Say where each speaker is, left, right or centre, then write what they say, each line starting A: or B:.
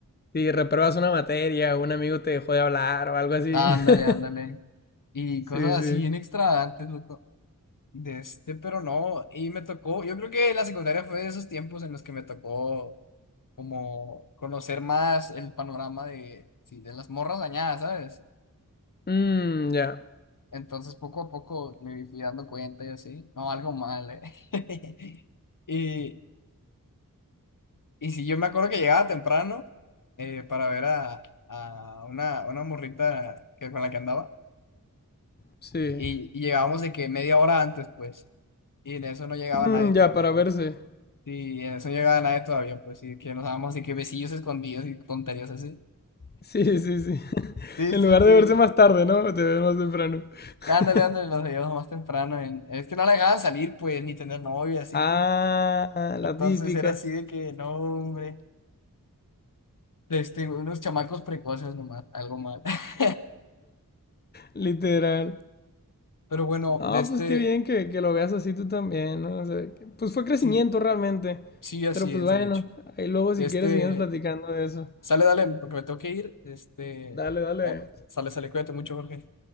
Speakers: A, on the left; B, on the left.
A: si repruebas una materia, un amigo te dejó de hablar o algo así.
B: ándale,
A: <laughs>
B: ándale. Y cosas
A: Sí,
B: así
A: sí.
B: bien extravagantes, loco. De este, pero no, y me tocó, yo creo que la secundaria fue de esos tiempos en los que me tocó. como conocer más el panorama de, sí, de las morras dañadas, ¿sabes?
A: Mmm, ya,
B: Entonces poco a poco me fui dando cuenta y así, no, algo mal, ¿eh? <laughs> Y, y sí, yo me acuerdo que llegaba temprano eh, para ver a, a una, una morrita que, con la que andaba
A: sí.
B: y, y llegábamos de que media hora antes, pues, y en eso no llegaba
A: Mm,
B: nadie todavía.
A: ya, para verse. <laughs>
B: Y en eso no llegaba nadie todavía, pues, y que nos dábamos así que besillos escondidos y tonterías así.
A: Sí, sí, sí. <laughs>
B: Sí,
A: En
B: sí,
A: lugar
B: sí.
A: de verse más tarde, ¿no? Te ves más temprano. <laughs>
B: Ándale, ándale, los veíamos más temprano. en- Es que no la dejaban salir, pues, ni tener novia, así
A: Ah,
B: pues.
A: la
B: Entonces
A: típica,
B: era así de que, no, hombre, de este, unos chamacos precoces nomás, algo mal. <laughs>
A: literal.
B: Pero bueno,
A: Ah,
B: de este,
A: pues qué bien que, que lo veas así tú también, ¿no? O sea, que- pues fue crecimiento
B: sí,
A: realmente.
B: sí, así
A: Pero pues
B: es,
A: bueno,
B: de hecho.
A: ahí luego si
B: De este,
A: quieres seguimos platicando de eso.
B: sale, dale, porque me tengo que ir. de Este,
A: Dale, dale.
B: eh, sale, sale, cuídate mucho, Jorge.